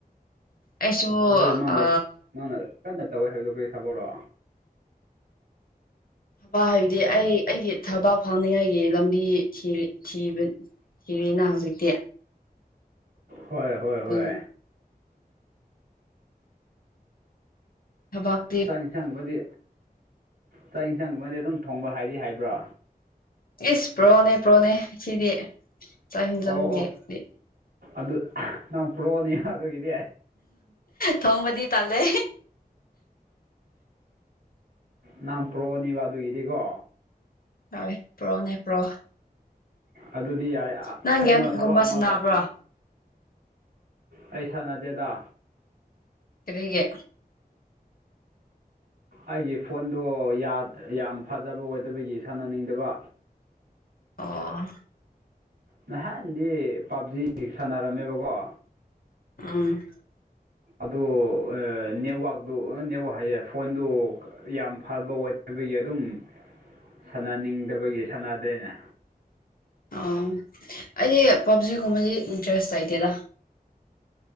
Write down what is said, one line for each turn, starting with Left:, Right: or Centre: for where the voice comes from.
Left: ꯑꯩꯁꯨ
Right: ꯑꯗꯨ ꯅꯪꯅ
Left: ꯑ
Right: ꯅꯪꯅ ꯀꯟꯅ ꯇꯧꯋꯦ ꯍꯥꯏꯕꯗꯣ ꯀ꯭ꯔꯤ ꯊꯕꯛꯔꯣ
Left: ꯊꯕꯥꯛ ꯍꯥꯏꯕꯗꯤ ꯑꯩ ꯑꯩꯒꯤ ꯊꯕꯥꯛ ꯐꯪꯅꯤꯡꯉꯥꯏꯒꯤ ꯂꯝꯕꯤ ꯊꯤ ꯊꯤꯕꯅꯤ ꯀꯔꯤꯅ ꯍꯧꯖꯤꯛꯇꯤ
Right: ꯍꯣꯏ ꯍꯣꯏ
Left: ꯑꯗꯨ
Right: ꯍꯣꯏ
Left: ꯊꯕꯥꯛ
Right: ꯆꯥꯛ ꯌꯦꯟꯁꯥꯡꯒꯨꯝꯃꯗꯤ ꯆꯥꯛ ꯌꯦꯟꯁꯥꯡꯒꯨꯝꯃꯗꯤ ꯑꯗꯨꯝ ꯊꯣꯡꯕ ꯍꯥꯏꯗꯤ ꯍꯥꯏꯕ꯭ꯔꯣ
Left: ꯏꯁ ꯄꯨ꯭ꯔꯣꯅꯦ ꯄꯨ꯭ꯔꯣꯅꯦ ꯁꯤꯗꯤ ꯆꯛ ꯍꯤꯡꯖꯡꯒꯤꯗꯤ
Right: ꯑꯣ ꯑꯣ ꯑꯗꯨ ꯅꯪ ꯄ꯭ꯔꯣꯅꯤ ꯑꯗꯨꯒꯤꯗꯤ
Left: ꯊꯣꯡꯕꯗꯤ ꯇꯥꯜꯂꯦ
Right: ꯅꯪ ꯄ꯭ꯔꯣꯅꯤꯕ ꯑꯗꯨꯒꯤꯗꯤꯀꯣ
Left: ꯍꯣꯏ ꯄ꯭ꯔꯣꯅꯦ ꯄ꯭ꯔꯣ
Right: ꯑꯗꯨꯗꯤ ꯌꯥꯔꯦ ꯑ
Left: ꯅꯪ
Right: ꯀꯩꯅꯣ
Left: ꯒꯦꯝꯒꯨꯝꯕ
Right: ꯊꯕꯛ ꯑꯃꯗ
Left: ꯁꯥꯟꯅꯕ꯭ꯔꯣ
Right: ꯑꯩ ꯁꯥꯅꯗꯦꯗꯥ
Left: ꯀ꯭ꯔꯤꯒꯤ
Right: ꯑꯩꯒꯤ ꯐꯣꯟꯗꯣ ꯌꯥꯝ ꯌꯥꯝ ꯐꯖꯕ ꯑꯣꯏꯗꯕꯒꯤ ꯁꯥꯟꯅꯅꯤꯡꯗꯕ
Left: ꯑꯣ
Right: ꯅꯍꯥꯟꯗꯤ ꯄꯞꯖꯤ ꯁꯥꯟꯅꯔꯝꯃꯦꯕꯀꯣ
Left: ꯎꯝ
Right: ꯑꯗꯨ ꯑ ꯅꯦꯠꯋꯥꯛꯇꯨ ꯅꯦꯠꯋꯥꯛ ꯍꯥꯏꯌꯦꯏ ꯐꯣꯟꯗꯨ ꯌꯥꯝ ꯐꯕ ꯋꯣꯢ ꯍꯥꯏꯕꯒꯤ ꯑꯗꯨꯝ ꯁꯥꯟꯅꯅꯤꯡꯗꯕꯒꯤ ꯁꯥꯟꯅꯗ꯭ꯔꯦꯅꯦ
Left: ꯑꯣ ꯑꯩꯗꯤ ꯄꯞꯖꯤ ꯒꯨꯝꯕꯒꯤ ꯏꯟꯇ꯭ꯔꯦꯁ ꯂꯩꯇꯦꯗ